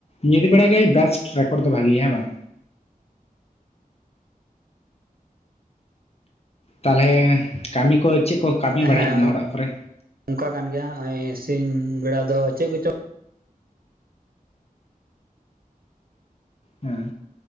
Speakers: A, on the left (about 45°); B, on the right (about 80°).
A: ᱧᱤᱫᱟ. ᱵᱮᱲᱟ ᱜᱮ ᱵᱮᱥᱴ ᱨᱮᱠᱚᱨᱰ ᱫᱚ ᱵᱷᱟᱜᱮᱜᱼᱟ᱾ ᱦᱮᱸ ᱵᱟᱝ? ᱛᱟᱦᱚᱞᱮ ᱠᱟᱹᱢᱤ ᱠᱚ ᱪᱮᱫ ᱠᱚ ᱠᱟᱹᱢᱤ
B: ᱦᱮᱸ
A: ᱵᱟᱲᱟ ᱦᱩᱭᱩᱜ ᱠᱟᱱᱟ ᱚᱲᱟᱜ ᱠᱚᱨᱮ?
B: ᱚᱱᱠᱟ ᱠᱟᱱ ᱜᱮᱭᱟ ᱱᱚᱜᱼᱚᱭ ᱥᱤᱧ ᱵᱮᱲᱟ ᱫᱚ ᱪᱮᱫ ᱠᱚᱪᱚᱝ
A: ᱦᱮᱸ,